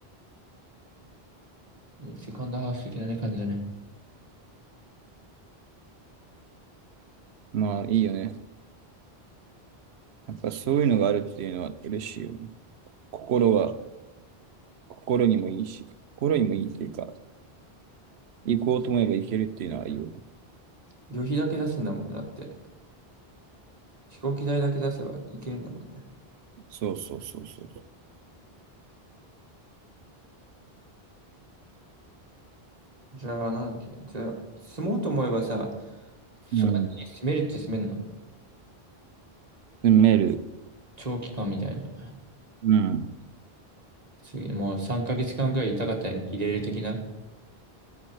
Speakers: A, on the right (about 40°); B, on the right (about 85°).
A: いいセカンドハウス的なね、感じだね。
B: まあいいよね。やっぱそういうのがあるっていうのは嬉しいよね。心は、心にもいいし、心にもいいっていうか、行こうと思えば行けるっていうのはいいよね。
A: 旅費だけ出すんだもんなって。飛行機代だけ出せば行けるんだもんね。
B: そうそうそうそう。
A: じゃあ、なんだっけじゃあ、住もうと思えばさ、そ、
B: うん。
A: 住めるって住めんの
B: でメール、
A: 長期間みたいな。
B: うん。
A: 次、もう3ヶ月間くらいいたかったら入れる的な